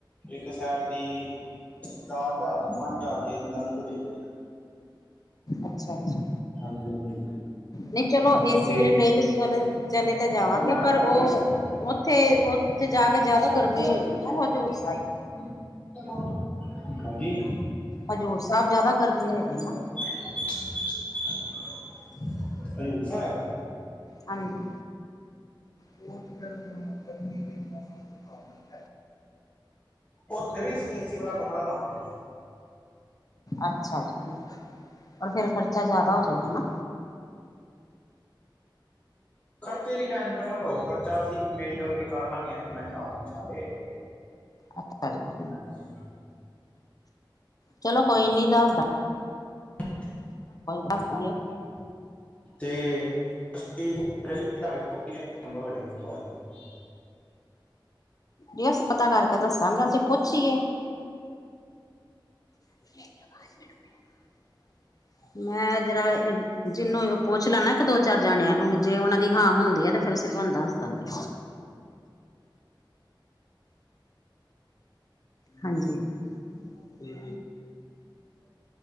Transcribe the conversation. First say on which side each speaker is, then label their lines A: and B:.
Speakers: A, on the left (about 15°); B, on the left (about 45°).
A: ਇੱਕ ਸਾਈਡ ਦੀ ਚਾਰ ਹਜ਼ਾਰ ਤੋਂ ਪੰਜ ਹਜ਼ਾਰ ਦੇ ਅੰਦਰ-ਅੰਦਰ ਹੋਏਗੀ
B: ਅੱਛਾ ਅੱਛਾ
A: ਹਾਂਜੀ ਹਾਂਜੀ
B: ਨਹੀਂ ਚਲੋ ਏਸੀ
A: ਤੇ
B: ਵਾਲੀ ਟ੍ਰੇਨ ਚ ਚਲੇ ਚਲੇ ਤਾਂ ਜਾਵਾਂਗੇ
A: <unintelligible>
B: ਪਰ ਉਹ ਉੱਥੇ ਉੱਥੇ ਜਾ ਕੇ ਜ਼ਿਆਦਾ ਗਰਮੀ ਹੋਏਗੀ ਨਾ ਹਜ਼ੂਰ ਸਾਹਿਬ
A: <unintelligible> ਹਾਂਜੀ
B: ਹਜੂਰ ਸਾਹਿਬ ਜਆਦਾ ਗਰਮੀ ਹੈਗੀ ਨਾ
A: ਅ <unintelligible> <unintelligible>
B: ਹਮ <unintelligible>
A: ਹਜੂਰ ਸਾਹਿਬ
B: ਹਾਂਜੀ <unintelligible>
A: ਉਥੇ ਵੀ ਅਸੀ ਏਸੀ ਵਾਲਾ ਕਮਰਾ ਲਵਾਂਗੇ
B: ਅੱਛਾ ਜੀ ਤੇ ਫੇਰ ਖਰਚਾ ਜਿਆਦਾ ਹੋ ਜਾਏਗਾ ਗਾ ਨਾ
A: ਖਰਚੇ ਦੀ ਟੈਂਸ਼ਨ ਨਾ ਲਓ ਖਰਚਾ ਅਸੀ ਮਿਲਜੂਲ ਕੇ ਕਰ ਲਾਂਗੇ ਆਪਣਾ ਹਿਸਾਬ ਨਾਲ ਸਾਰੇ
B: ਅੱਛਾ ਜੀ
A: ਅੱਛਾ
B: ਚਲੋ ਕੋਈ ਨੀ ਦੱਸਦਾ-
A: <unintelligible>
B: ਦੱਸਦੀ ਹੈ
A: <unintelligible>
B: ਜੇ ਅਸੀਂ ਪਤਾ ਕਰਕੇ ਦੱਸਾਂਗੇ ਅਜੇ ਪੁੱਛੀਏ <unintelligible> ਮੈਂ ਜਰਾ ਜਿਹਨੂੰ ਪੁੱਛ ਲਾ ਨਾ ਇੱਕ ਦੋ ਚਾਰ ਜਣਿਆਂ ਨੂੰ ਜੇ ਉਹਨਾਂ ਦੀ ਹਾਂ ਹੁੰਦੀ ਏ ਤੇ ਫਿਰ ਅਸੀਂ ਤਹਾਨੂੰ ਦੱਸ ਦਾਂਗੇ ਹਾਂਜੀ ਤੇ